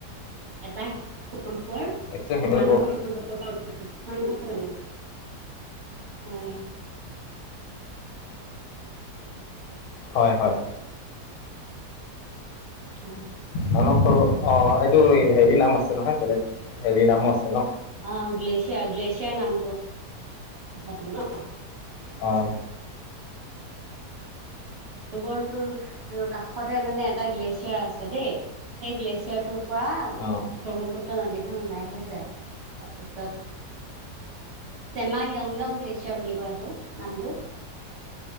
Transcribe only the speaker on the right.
এটা সৰুৰ
মানস জানো হয়
নাই
অ গ্লেছিয়াৰ গ্লেছিয়াৰ নামটো
ৰবৰটো কাষতে মানে এটা গ্লেছিয়াৰ আছে দেই সেই গ্লেছিয়াৰটোৰ পৰা
ব্ৰহ্মপুত্ৰ নদীখন ওলাই আহিছে তাৰপিছত চেমা য়ংডং গ্লেছিয়াৰ বুলি কয় সেইটো নামটো